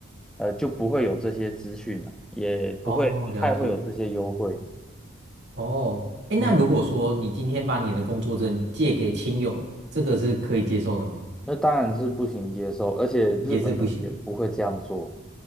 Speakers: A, in the centre; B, on the right.
A: 呃，就不会有这些资讯了，也不会不太会有这些优惠。
B: 哦，了解哦。哎，
A: 嗯，
B: 那如果说你今天把你的工作证借给亲友，这个是可以接受的吗？
A: 那当然是不行接受，而且日本人也不会这样做。
B: 也是不行